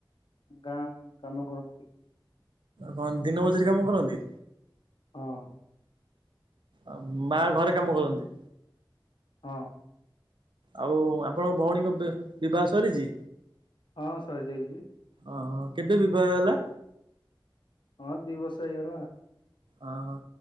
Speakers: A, on the left (about 65°); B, on the right (about 70°).
A: ଗାଁ କାମ କରନ୍ତି।
B: କଣ ଦିନ ମଜୁରୀ କାମ କରନ୍ତି।
A: ହଁ।
B: ଆଉ ମା ଘରେ କାମ କରନ୍ତି।
A: ହଁ।
B: ଆଉ ଆପଣଙ୍କ ଭଉଣୀଙ୍କ ବିବାହ ସରିଛି।
A: ହଁ ସରି ଯାଇଛି।
B: ଅ ହଁ କେବେ ବିବାହ ହେଲା।
A: ହଁ ଦି ବର୍ଷ ହେଇଗଲା।
B: ହଁ ହଁ